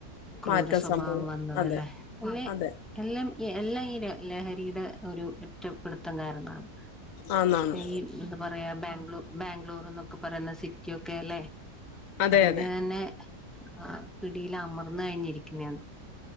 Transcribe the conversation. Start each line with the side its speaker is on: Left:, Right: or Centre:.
Centre: ക്രൂര
Left: മാറ്റം
Centre: സ്വഭാവം
Left: സംഭവിക്കും
Centre: വന്നതല്ലേ
Left: അതെ
Centre: അല്ലെ
Left: അതെ
Centre: എല്ലാം ഈ എല്ലാം ഈ ല ലഹരിയുടെ ഒരു ഏറ്റ പിടുത്തം കാരണമാണ്
Left: ആന്നാന്ന്
Centre: ഈ എന്താ പറയാ ബാംഗ്ലൂ ബാംഗ്ലൂർന്ന് പറയുന്ന സിറ്റി ഒക്കെ അല്ലേ
Left: അതെ
Centre: അതിന്റെ
Left: അതെ
Centre: തന്നെ ആ പിടിയില്‍ അമര്‍ന്നു കഴിഞ്ഞിരിക്കുന്നന്ന്